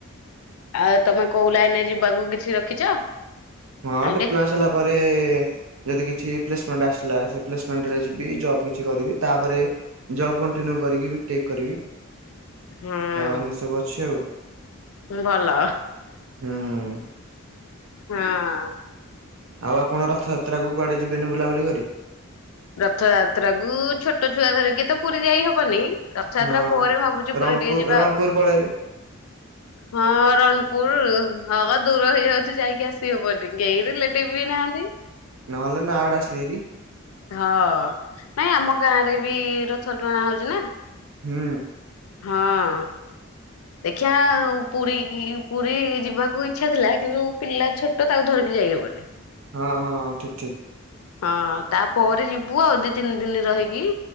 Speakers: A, on the left (about 80°); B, on the right (about 65°).
A: ଆଉ ତମେ କୋଉ ଲାଇନରେ ଯିବାକୁ କିଛି ରଖିଛ?
B: ହଁ
A: ଆଇଡେ
B: ଡିପ୍ଲୋମା ସରିଲା ପରେ ଯଦି କିଛି ପ୍ଲେସମେଣ୍ଟ ଆସିଲା ସେ ପ୍ଲେସମେଣ୍ଟରେ ଯିବି ଜବ କିଛି କରିବି ତାପରେ ଜବ୍ କଣ୍ଟିନ୍ୟୁ କରିକି ବି ଟେକ୍ କରିବି
A: ହୁଁ
B: ତ‌ଏମିତି ସବୁ ଅଛି ଆଉ।
A: ଭଲ
B: ହୁଁ
A: ହଁ
B: ଆଉ ଆପଣ ରଥଯାତ୍ରା କୁଆଡେ ଯିବେନି ବୁଲାବୁଲି କରି।
A: ରଥଯାତ୍ରା କୁ ଛୋଟ ଛୁଆ ଧରିକି ତ ପୁରୀ ଯାଇ ହବନି। ରଥଯାତ୍ରା
B: ହଁ।
A: ପରେ ଭାବୁଛିୁ
B: ରଣପୁର
A: ପୁରୀ ଟିକେ ଯିବା
B: ରଣପୁର
A: ଆଉ।
B: ପଳେଇବେ
A: ହଁ ରଣପୁର ହଉ ଦୂର ହେଇଯାଉଛି ଯାଇକି ଆସି ହବନି କେହି ରିଲେଟିଭ ବି ନାହାନ୍ତି।
B: ନହଲେ ନା ଆଡ଼େ ଆସିଲିବିଦି।
A: ହଁ ନାଇଁ ଆମ ଗାଁରେ ବି ରଥଣା ହଉଛି ନା।
B: ହୁଁ।
A: ହଁ। ଦେଖିବା ପୁରୀ ପୁରୀ ଯିବାକୁ ଇଚ୍ଛା ଥିଲା କିନ୍ତୁ ପିଲା ଛୋଟ ତ ତାକୁ ଧରିକି ଯାଇହବନି।
B: ହଁ ହଁ ହଁ ଠିକ୍ ଠିକ୍
A: ହଁ ତାପରେ ଯିବୁ ଆଉ ଦି ତିନି ଦିନ ରହିକି